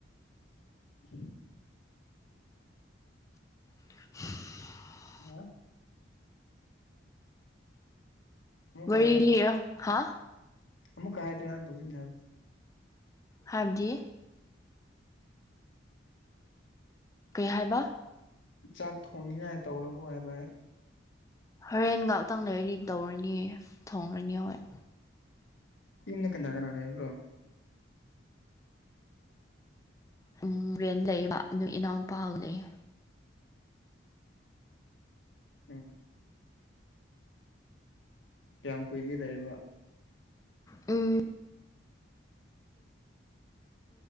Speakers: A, on the left; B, on the left.
A: ꯎꯝ
B: <unintelligible>
A: ꯑ ꯑꯃꯨꯛꯀ
B: ꯋꯥꯔꯤ ꯏ ꯍꯥ
A: ꯑꯕꯨꯛ ꯀꯥ ꯌ ꯅ ꯊꯧꯁꯤ ꯅꯗꯤ
B: ꯍꯥꯏꯕꯗꯤ ꯀꯩ ꯍꯥꯏꯕ
A: ꯆꯥꯛ ꯊꯣꯡꯅꯤꯉꯥꯏ ꯇꯧꯔꯕꯣ ꯍꯥꯏꯕ
B: ꯍꯣꯔꯦꯟ ꯉꯍꯥꯛꯇꯪ ꯂꯩꯗꯤ ꯇꯧꯔꯅꯤꯌꯦ ꯊꯣꯡꯔꯅꯤ ꯍꯣꯏ
A: ꯌꯨꯝꯅ ꯀꯅꯥ ꯀꯅꯥ ꯂꯩꯕ꯭ꯔꯣ
B: ꯎꯝ ꯔꯦꯟ ꯂꯩꯌꯦꯕ ꯑꯗꯨ ꯏꯅꯥꯎꯅꯄꯥ ꯂꯩꯌꯦ
A: ꯎ ꯀꯌꯥꯝ ꯀꯨꯏꯒ ꯂꯩꯔꯤꯕꯔꯕ
B: ꯎꯝ